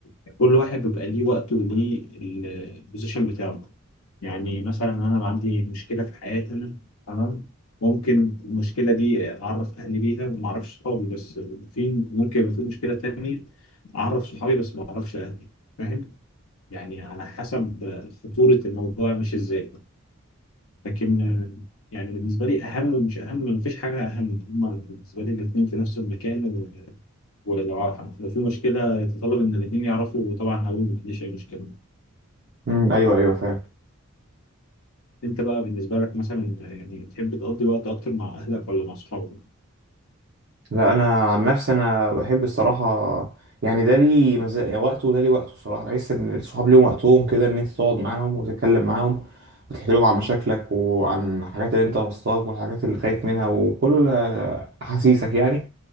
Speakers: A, on the left; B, on the right.
A: يعني كل واحد بيبقى ليه وقته وليه البوزيشن بتاعه يعني مثلا أنا بقى عندي مشكلة في حياتي أنا تمام ممكن المشكلة دي أعرف أهلي بيها وما أعرفش صحابي بس في ممكن يبقى في مشكلة تانية أعرف صحابي بس ما أعرفش أهلي فاهم؟ يعني على حسب خطورة الموضوع مش ازاي لكن آه، يعني بالنسبة لي أهم ومش أهم مفيش حاجة أهم هما بالنسبة لي الاتنين في نفس المكان و- ولو ع- لو في مشكلة يتطلب إن الاتنين يعرفوا وطبعا هقول مفيش أي مشكلة
B: مم. ايوه ايوه فاهم
A: أنت بقى بالنسبة لك مثلا يعني تحب تقضي وقت أكتر مع أهلك ولا مع أصحابك؟
B: لا انا عن نفسي انا بحب الصراحة يعني ده لي مزايا وقته وده لي وقته الصراحة بحس ان الصحاب ليهم وقتهم كده ان انت تقعد معاهم وتتكلم معاهم وتحكي لهم عن مشاكلك وعن الحاجات اللي انت وسطاك والحاجات اللي خايف منها وكل آه، احاسيسك يعني